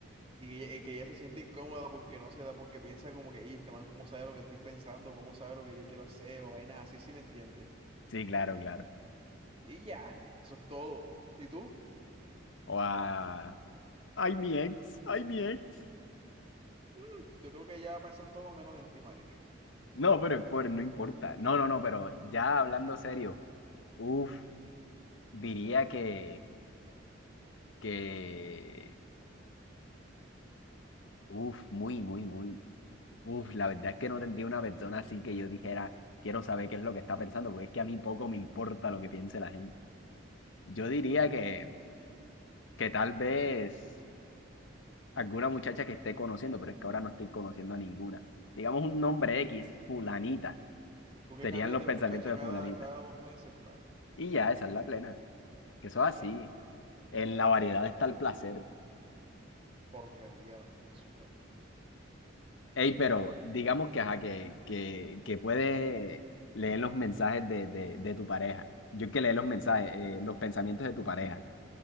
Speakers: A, on the right; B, on the left.
A: Y que, y que ella se siente incómoda porque no se da, porque piensa como que, y este man, ¿cómo sabe lo que estoy pensando? ¿Cómo sabe lo que yo quiero hacer? O vainas así, si me entiendes?
B: Sí, claro, claro.
A: Y ya, eso es todo. ¿Y tú?
B: O a... Ay, mi ex, ay, mi ex.
A: Mm, yo creo que ella piensa en todo menos en ti, marica.
B: No, pero es por, no importa. No, no, no, pero ya hablando serio, uff, diría que, que, uff, muy, muy, muy, uff, la verdad es que no tendría una persona así que yo dijera, quiero saber qué es lo que está pensando, porque es que a mí poco me importa lo que piense la gente. Yo diría que, que tal vez alguna muchacha que esté conociendo, pero es que ahora no estoy conociendo a ninguna. Digamos un nombre X, fulanita,
A: Tú que
B: serían
A: cambias
B: los
A: de
B: pensamientos
A: muchacha
B: de
A: cada,
B: fulanita.
A: cada dos meses, vale.
B: Y ya, esa es la plena, que eso
A: Y
B: es
A: ya.
B: así. En la variedad está el placer.
A: Porquería, basura.
B: Ey, pero digamos que, ajá, que, que, que puedes leer los mensajes de, de, de tu pareja. Yo que leo los mensajes, eh, los pensamientos de tu pareja.